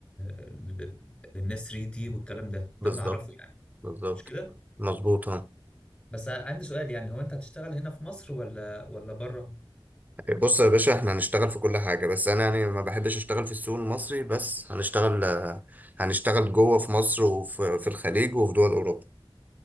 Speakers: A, on the left; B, on the right.
A: لل- للناس 3 دي والكلام ده
B: بالظبط
A: ده اللي اعرفه يعني
B: بالظبط
A: مش كده
B: مظبوط ها
A: بس عندي سؤال يعني هو انت هتشتغل هنا في مصر ولا ولا بره
B: بص يا باشا احنا هنشتغل في كل حاجة بس انا يعني ما بحبش اشتغل في السوق المصري بس هنشتغل آه، هنشتغل جوه في مصر وفي في الخليج وفي دول اوروبا